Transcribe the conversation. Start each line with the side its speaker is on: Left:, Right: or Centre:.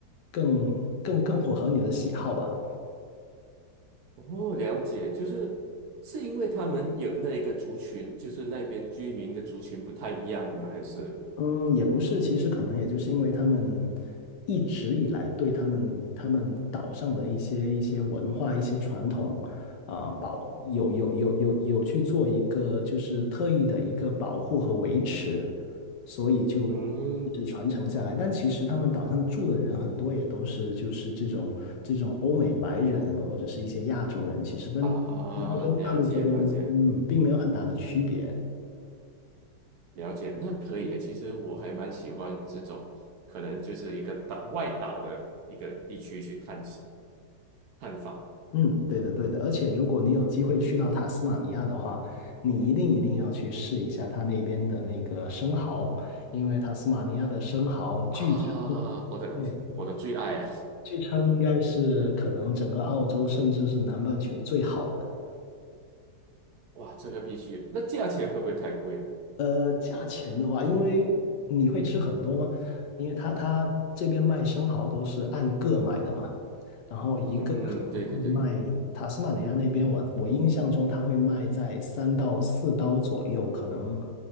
Left: 更更更符合你的喜好吧。
Right: 哦，了解，就是是因为他们有那一个族群，就是那边居民的族群不太一样吗？还是
Left: 嗯，也不是，其实可能也就是因为他们一直以来对他们他们岛上的一些一些文化、一些传统啊、保有有有有有去做一个就是特意的一个保护和维持，所以就
Right: 嗯
Left: 一直传承下来。但其实他们岛上住的人很多也都是就是这种这种欧美白人或者是一些亚洲人，其实跟跟澳洲大陆这边嗯并没有很大的区别。
Right: 啊，了解了解了解，那可以。其实我还蛮喜欢这种，可能就是一个岛外岛的一个地区去探险探访
Left: 嗯，对的，对的。而且，如果你有机会去到塔斯马尼亚的话，你一定一定要去试一下它那边的那个生蚝，因为塔斯马尼亚的生蚝据称，
Right: 啊，我的我的最爱啊！
Left: 对，据称应该是可能整个澳洲甚至是南半球最好的。
Right: <laughs> 哇，这个必须。那价钱会不会太贵呢？
Left: 呃，价钱的话，因为你会吃很多吗？因为他他这边卖生蚝都是按个买的嘛。然后一个可能会卖塔斯马尼亚那边我，
Right: 嗯，对对对
Left: 我印象中它会卖在三到四刀左右，可能